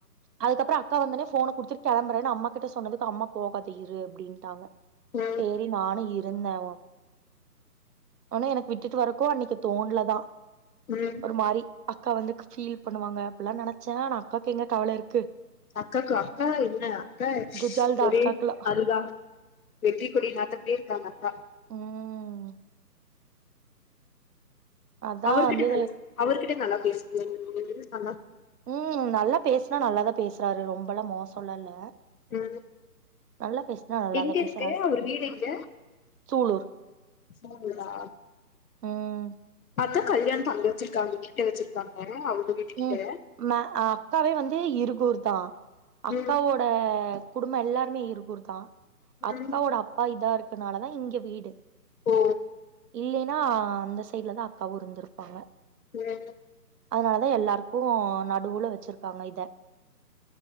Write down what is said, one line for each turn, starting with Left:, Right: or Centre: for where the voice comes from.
Right: அதுக்கப்புறம் அக்கா வந்த உடனே ஃபோன குடுத்துட்டு கிளம்பறேன்னு அம்மா கிட்ட சொன்னதுக்கு அம்மா போகாத இரு அப்படின்ட்டாங்க
Left: ம்
Right: சேரி நானு இருந்தே ஆனா எனக்கு விட்டுட்டு வரக்கு அன்னைக்கு தோண்ல தா
Left: ம்
Right: ஒரு மாரி அக்கா வந்து ஃபீல் பண்ணுவாங்க அப்படி எல்லா நினச்சே ஆன அக்காவுக்கு எங்க கவல இரு க்கு
Left: அக்காக்கு அக்கா என்ன அக்கா
Right: குஜால் தான்
Left: ஒரே
Right: அக்காக்குலாம்
Left: அதுதா வெற்றி கொடி நாட்டடே இருக்காங்க அக்கா
Right: ம் அதான்
Left: அவர்கிட்ட
Right: வந்து
Left: நல்ல அவர்கிட்ட நல்ல பேசுவைய நீ நல்லா
Right: உம் நல்ல பேசுனா நல்லாதா பேசுறாரு ரொம்பெல்லாம் மோசம்ல இல்ல
Left: உம்
Right: நல்லா பேசுனா நல்லாதா
Left: எங்க
Right: பேசுறாரு
Left: இருக்கு அவர் வீடு எங்க
Right: சூலூர்
Left: சூலூர் ரா
Right: ம்
Left: அதா கல்யாணத்த அங்க வச்சிருக்காங்க இங்க வச்சிருக்காங்க வீட்டு
Right: உம்
Left: கிட்ட
Right: மே அக்காவே வந்து இருகூர் த அக்காவோட
Left: ம்
Right: குடும்ப எல்லாருமே இருகூர் தா அக்காவோட
Left: ம்
Right: அப்பா இதா இருக் அதுனால தா இங்க வீடு
Left: ஓ
Right: இல்லைன் ன்னா அந்த சைடுல தா அக்காவும் இருந்திருப்பாங்க
Left: ம்
Right: அதனால எல்லாருக்கு நடுவுல வச்சிருக்காங்க இத